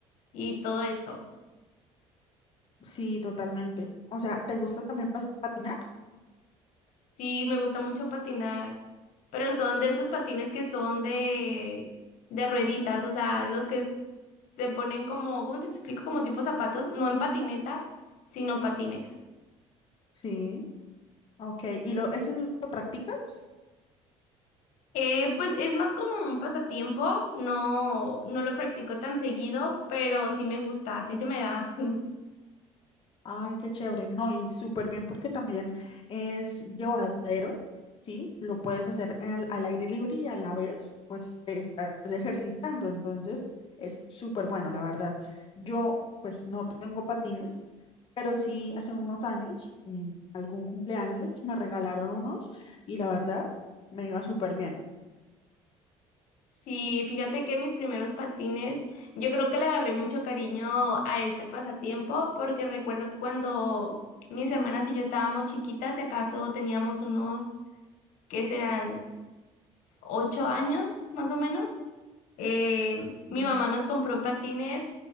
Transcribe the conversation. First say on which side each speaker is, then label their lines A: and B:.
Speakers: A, on the left; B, on the left.
A: y todo esto.
B: Sí, totalmente. O sea, ¿te gusta también pas- patinar?
A: Sí, me gusta mucho patinar, pero son de estos patines que son de, de rueditas, o sea, los que se ponen como, ¿cómo te explico? Como tipo zapatos, no en patineta, sino patines.
B: Sí. Ok, ¿y lo, eso lo practicas?
A: Eh, pues es más como un pasatiempo, no, no lo practico tan seguido, pero sí me gusta, sí se me da. <laughs>
B: Ay, qué chévere. No, y súper bien porque también es llevadero, ¿sí? Lo puedes hacer al, al aire libre y a la vez, pues te estás ejercitando. Entonces, es súper bueno, la verdad. Yo, pues, no tengo patines, pero sí hace unos años, en algún cumpleaños, me regalaron unos y la verdad, me iba súper bien.
A: Sí, fíjate que mis primeros patines, yo creo que le agarré mucho cariño a este pasatiempo porque recuerdo que cuando mis hermanas y yo estábamos chiquitas, si acaso teníamos unos, ¿qué serán? ocho años, más o menos. Eh, mi
B: Ujú.
A: mamá nos compró patines